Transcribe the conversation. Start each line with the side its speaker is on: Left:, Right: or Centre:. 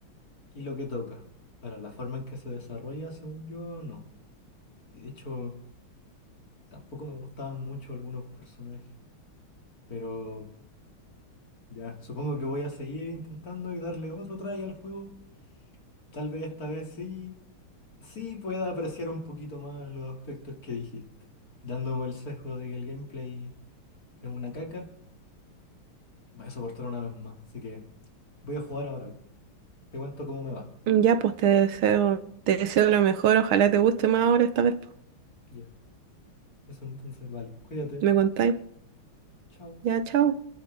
Left: y lo que toca. Ahora, la forma en que se desarrolla, según yo, no. Y de hecho, tampoco me gustaban mucho algunos personajes. Pero ya, supongo que voy a seguir intentando y darle otro try al juego. Tal vez esta vez sí, sí pueda apreciar un poquito más los aspectos que dijiste. Dándome el sesgo de que el gameplay es una caca, voy a soportar una vez más. Así que voy a jugar ahora. Te cuento cómo me va.
Right: Ya, pues te deseo, te deseo lo mejor, ojalá te guste más ahora esta vez. pues.
Left: Ya, eso entonces vale. Cuídate.
Right: Me contáis.
Left: Chao.
Right: Ya, chao.